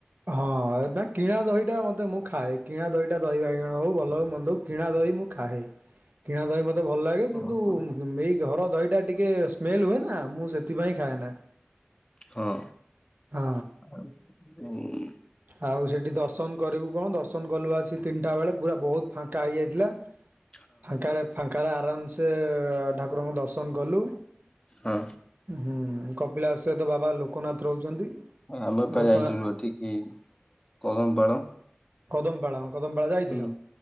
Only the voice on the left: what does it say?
ଓହୋ
ହଁ।
ଆଉ, ଉଁ,
ହ
ହଁ।
ଆମ ପା
ଯାଇଥିଲୁ ଏଠିକି କଦମପାଳ।
ହୁଁ